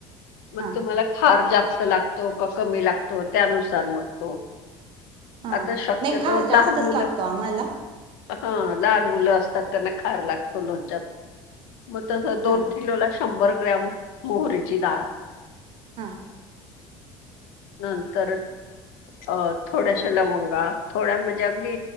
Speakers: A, on the left; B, on the right.
A: म
B: हां
A: तूम्हाला फार जास्तं लागतो कां कमी लागतो त्यानुसार मगं तो.
B: हां
A: आता शक्यतो
B: नाही खार
A: लहान
B: जास्तच
A: मुलं.
B: लागतो आम्हाला
A: हां लहान मुलं असतांत त्यांना खार लागतो लोणच्यात मगं तसं दोन
B: हां
A: किलो ला शंभर ग्रॅम मोहरीची डाळं
B: हां
A: नंतर अं थोड्याशा लवंगा थोड्या म्हणजे अगदी